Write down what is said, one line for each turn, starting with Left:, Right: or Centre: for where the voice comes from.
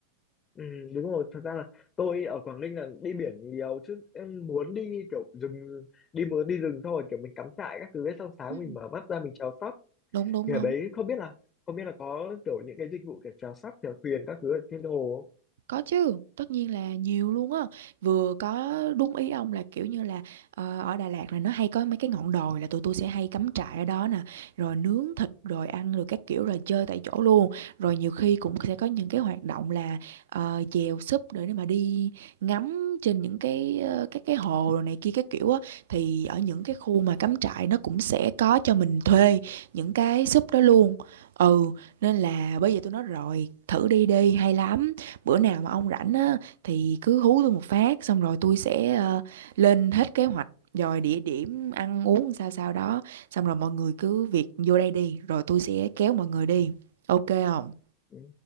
Left: ừ, đúng rồi thật ra là tôi ở Quảng Ninh là đi biển nhiều chứ em muốn đi kiểu rừng đi muốn đi rừng thôi kiểu mình cắm trại các thứ ấy, xong sáng
Right: Ừ.
Left: mình mở mắt ra mình chèo sắp
Right: đúng đúng
Left: thì
Right: đúng
Left: ở đấy không biết là không biết là có kiểu những cái dịch vụ kiểu chèo sắp chèo thuyền các thứ ở trên hồ không
Right: Có chứ, tất nhiên là nhiều luôn á. Vừa có đúng ý ông là kiểu như là ờ, ở Đà Lạt là nó hay có mấy cái ngọn đồi là tụi tôi sẽ hay cắm trại ở đó nè, rồi nướng thịt rồi ăn rồi các kiểu rồi chơi tại chỗ luôn. Rồi nhiều khi cũng sẽ có những cái hoạt động là ờ, chèo súp để mà đi ngắm trên những cái ờ, các cái hồ rồi này kia các kiểu á thì ở những cái khu mà cắm trại nó cũng sẽ có cho mình thuê những cái súp đó luôn. Ừ, nên là bây giờ tôi nói rồi, thử đi đi hay lắm bữa nào mà ông rảnh á thì cứ hú tôi một phát xong rồi tôi sẽ ờ, lên hết kế hoạch rồi địa điểm ăn uống sao sao đó xong rồi mọi người cứ việc vô đây đi rồi tôi sẽ kéo mọi người đi ok không
Left: ừ,